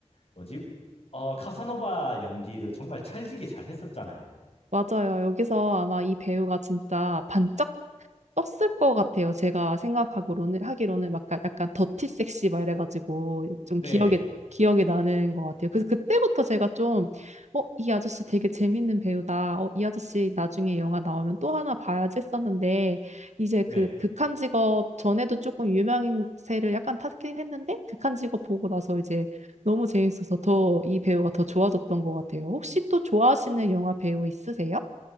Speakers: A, on the left (about 60°); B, on the right (about 75°).
A: 뭐지? 어, 카사노바 연기를 정말 찰지게 잘 했었잖아요.
B: 맞아요. 여기서 아마 이 배우가 진짜 반짝 떴을 것 같아요. 제가 생각하기로는 하기로는 막 약간 약간 더티 섹시 막 이래가지고 좀
A: 네,
B: 기억에 기억에 나는 것 같아요. 그래서 그때부터 제가 좀 어, 이 아저씨 되게 재밌는 배우다. 어, 이 아저씨 나중에 영화 나오면 또 하나 봐야지 했었는데 이제
A: 네.
B: 그 극한 직업 전에도 조금 유명세를 약간 탔긴 했는데 극한 직업 보고 나서 이제 너무 재밌어서 더 이 배우가 더 좋아졌던 것 같아요. 혹시 또 좋아하시는 영화 배우 있으세요?